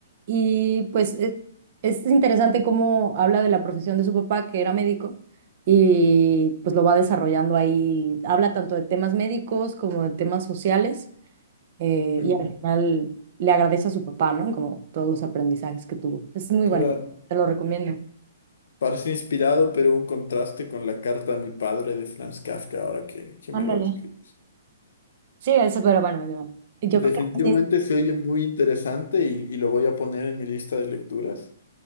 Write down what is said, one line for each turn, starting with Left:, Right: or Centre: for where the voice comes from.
Right: y pues e- es, interesante cómo habla de la profesión de su papá que era médico y pues lo va desarrollando ahí, habla tanto de temas médicos como de temas sociales eh,
Left: Mm,
Right: y al final le agradece a su papá, ¿no? Como todos los aprendizajes que tuvo. Es muy
Left: Claro.
Right: bueno, te lo recomiendo.
Left: Parece inspirado, pero un contraste con la carta a mi padre de Franz Kafka, ahora que, que
Right: Ándale.
Left: me lo describes.
Right: Sí, eso, pero bueno, yo
Left: Definitivamente
Right: creo que sí,
Left: se oye muy interesante y, y lo voy a poner en mi lista de lecturas.